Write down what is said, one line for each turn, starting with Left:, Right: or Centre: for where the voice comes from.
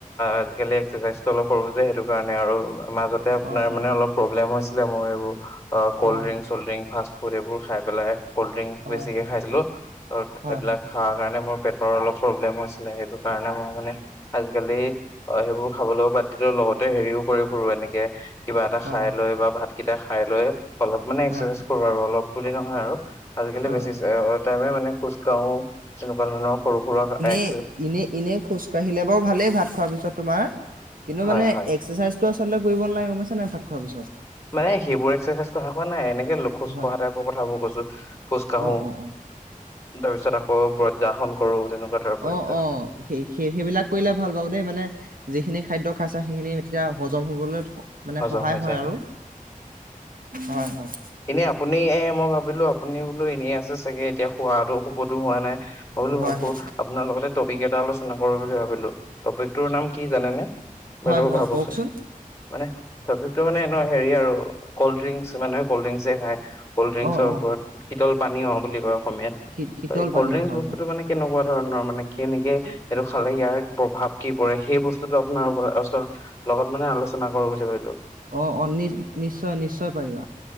Left: আজিকালি এক্সাৰচাইজটো অলপ কৰো যে সেইটো কাৰণে মাজতে আপোনাৰ
Right: অ অ
Left: মানে অলপ প্ৰব্লেম হৈছে ছিলে মই এইবোৰ অ, কল্ড্ৰিংছ
Right: হয় হয়
Left: -চল্ড্ৰিং ফাষ্টফুড এইবোৰ খাই পেলাই কল্ড ড্ৰিংক
Right: হয়
Left: বেছিকে
Right: হয়
Left: খাইছিলো।
Right: হয়
Left: এইবিলাক
Right: হয়
Left: খা কাৰণে মোৰ পেট অ অলপ প্ৰব্লেম হৈছ। নে সেইটো কাৰণে মই মানে আজিকালি অ সেইবোৰ খাবলৈও বাদ তি লগতে হেৰিও কৰি ফুৰো এনেকে কিবা এটা খাই
Right: অ
Left: লৈ বা ভাত কেইটা খাই লৈ অলপ মানে একচাৰচাইজ
Right: হয় হয়
Left: কৰোঁ আৰু অলপ। তুলি নহয় আৰু আজিকালি
Right: অ
Left: বেছি
Right: অ
Left: <unintelligible> মানে খোজ কাঢ়ো। তেনেকুৱা ধৰণৰ সৰু-সুৰা এক
Right: এনে এনেই খোজ কাঢ়িলে বাৰু ভালেই ভাত খোৱাৰ পিছত তোমাৰ। কিন্তু
Left: হয়
Right: মানে
Left: হয়
Right: এক্সাৰচাইজ ত আচলতে কৰিব নালাগে। গম পাইছা নে নাই ভাত খোৱাৰ পিছত।
Left: মানে সেইবোৰ এক্সাৰচাইজ কথা কোৱা নাই। এনেকে খোজ
Right: হয়
Left: কঢ়া
Right: হয়
Left: টাইপৰ কথাবোৰ কৈছো। খোজ কা
Right: অ অ অ
Left: তাৰ পিছত আকৌ ব্ৰজাসন কৰো। তেনেকুৱা টাইপৰ
Right: অ,
Left: এক্সাৰচাইজ
Right: অ। সেই-সেই সেইবিলাক কৰিলে ভাল পাওঁ দেই মানে যিখিনি খাদ্য খাইছা সেইখিনি তেতিয়া হজম হ'বলৈ মানে
Left: হজম
Right: সহায়
Left: হৈ
Right: হয়
Left: যায়
Right: আৰু হয়, হয়।
Left: এনে আপুনি এ মই ভাবিলো আপুনি বোলো এনেই আছে চাগে এতিয়া শোৱাতো শুবতো হোৱা নাই। মই বোলো
Right: হয়
Left: ভাবো
Right: হয়
Left: আপোনাৰ লগতে ত কেইটা আলোচনা কৰো বুলি ভাবিলো। টপিকটোৰ নাম কি জানেনে? বাইদেউ
Right: হয় হয়
Left: ভাবকচোন।
Right: কওকচোন
Left: মানে টপিকটো মানে এনে হেৰি আৰু কল্ড ড্ৰিংকচ মানে কল্ড ড্ৰিংকচ এ খায়, কল্ড ড্ৰিংকছৰ
Right: অ অ
Left: ওপৰত শীতল পানী অ বুলি কয় অসমীয়াত।
Right: শী- শীতল পানীয়
Left: কল্ড্ৰিংছ
Right: হয়
Left: বস্তুটো
Right: হয়
Left: মানে কেনেকুৱা ধৰণৰ মানে কিনেকে এইটো খালে ইয়াৰ প্ৰভাৱ কি পৰে সেই বস্তুটো আপোনাৰ উপ ওচৰত লগত মানে আলোচনা ৰচনা কৰো বুলি ভাবিলোঁ।
Right: অ অ নি নিশ্চয় নিশ্চয় পাৰিবা।